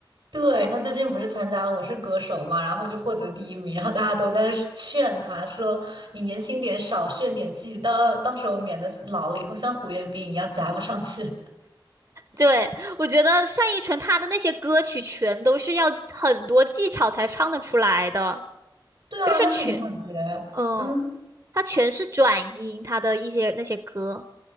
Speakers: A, on the right; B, on the right.
A: 对，他最近不是参加了《我是歌手》嘛，然后就获得第一名，然后大家都在劝他说：“你年轻点，少炫点技，到到时候免得老了以后像胡彦斌一样夹不上去。”
B: 对，我觉得单依纯她的那些歌曲全都是要很多技巧才唱得出来的，
A: 对啊，
B: 就是全，
A: 但是我感觉。
B: 嗯，
A: 嗯。
B: 她全是转音，她的一些那些歌，